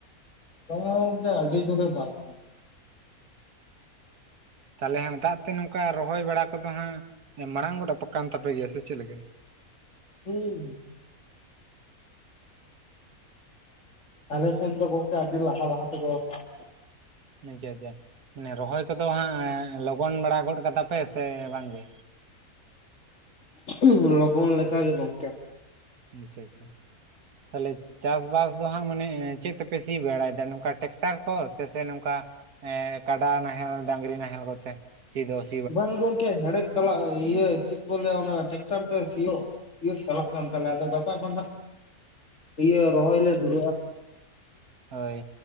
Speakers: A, on the left; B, on the right.
A: ᱵᱟᱝᱟ ᱜᱚᱝᱠᱮ ᱟᱹᱰᱤ ᱡᱳᱨᱮ ᱫᱟᱜᱫᱟ᱾
B: ᱛᱟᱦᱞᱮ ᱦᱟᱸᱜ ᱫᱟᱜ ᱛᱮ ᱱᱚᱝᱠᱟ ᱨᱚᱦᱚᱭ ᱵᱟᱲᱟ ᱠᱚᱫᱚ ᱦᱟᱸᱜ ᱢᱟᱲᱟᱝ <unintelligible> ᱛᱟᱯᱮ ᱜᱮᱭᱟ ᱥᱮ ᱪᱮᱫ ᱞᱮᱠᱟ?
A: ᱦᱩᱸ ᱟᱞᱮ ᱥᱮᱱ ᱫᱚ ᱜᱚᱝᱠᱮ ᱟᱹᱰᱤ ᱞᱟᱦᱟ ᱞᱟᱦᱟ <unintelligible>
B: ᱡᱟ ᱡᱟ ᱢᱟᱱᱮ ᱨᱚᱦᱚᱭ ᱠᱚᱫᱚ ᱦᱟᱸᱜ ᱞᱚᱜᱚᱱ ᱵᱟᱲᱟ ᱜᱚᱫ ᱠᱟᱫᱟ ᱯᱮ ᱥᱮ ᱵᱟᱝᱜᱮ?
A: <inaudible> ᱞᱚᱜᱚᱱ ᱞᱮᱠᱟ ᱜᱮ ᱜᱚᱝᱠᱮ᱾
B: ᱟᱪᱪᱷᱟ ᱟᱪᱪᱷᱟ ᱛᱟᱦᱞᱮ ᱪᱟᱥᱵᱟᱥ ᱫᱚ ᱦᱟᱸᱜ ᱢᱟᱱᱮ ᱪᱮᱫ ᱛᱮᱯᱮ ᱥᱤ ᱵᱟᱲᱟᱭ ᱫᱟ ᱱᱚᱝᱠᱟ ᱴᱨᱮᱠᱴᱟᱨ ᱠᱚ ᱛᱮᱥᱮ ᱱᱚᱝᱠᱟ ᱮᱸ ᱠᱟᱰᱟ ᱱᱟᱦᱮᱞ ᱰᱟᱝᱨᱤ ᱱᱟᱦᱮᱞ ᱠᱚᱛᱮ ᱥᱤ ᱫᱳᱥ
A: ᱵᱟᱝ ᱜᱚᱝᱠᱮ ᱦᱮᱲᱮᱫ ᱪᱟᱞᱟᱜ ᱤᱭᱟᱹ ᱪᱮᱜ ᱠᱚ ᱞᱟᱹᱭᱟ ᱚᱱᱟ ᱴᱮᱠᱴᱟᱨ ᱛᱮ ᱥᱤᱭᱳᱜ ᱥᱤᱭᱳᱜ ᱪᱟᱞᱟᱜ ᱠᱟᱱ ᱛᱟᱞᱮᱭᱟ ᱟᱫᱚ ᱜᱟᱯᱟ ᱫᱚ ᱦᱟᱸᱜ ᱤᱭᱟᱹ ᱨᱚᱦᱚᱭ ᱞᱮ ᱫᱷᱩᱨᱟᱹᱜᱼᱟ᱾
B: ᱦᱳᱭ